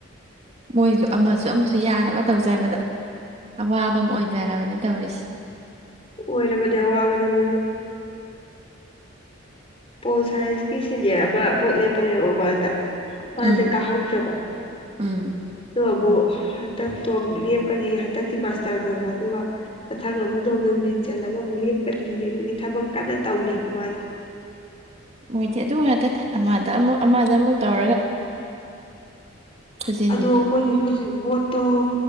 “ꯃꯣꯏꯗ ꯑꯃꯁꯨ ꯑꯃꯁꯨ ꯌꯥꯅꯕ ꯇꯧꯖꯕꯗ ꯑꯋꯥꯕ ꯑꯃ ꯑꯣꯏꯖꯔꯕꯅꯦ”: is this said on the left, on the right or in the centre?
Right